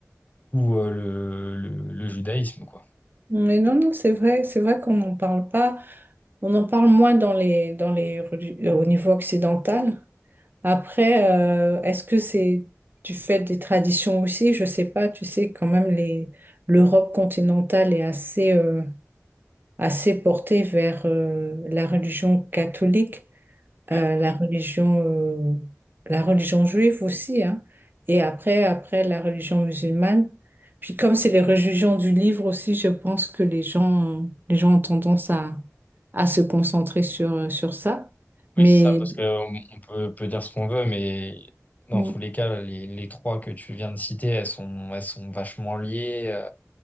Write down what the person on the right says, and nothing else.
Mais non, non, c'est vrai, c'est vrai qu'on n'en parle pas. On en parle moins dans les, dans les, reli- euh, au niveau occidental. Après, euh, est-ce que c'est tu fais des traditions aussi? Je sais pas. Tu sais quand même les l'Europe continentale est assez euh, assez portée vers euh, la religion catholique,
euh, la religion euh, la religion juive aussi, hein. Et après après la religion musulmane. Puis comme c'est les religions du livre aussi, je pense que les gens les gens ont tendance à à se concentrer sur sur ça. Mais
Mm.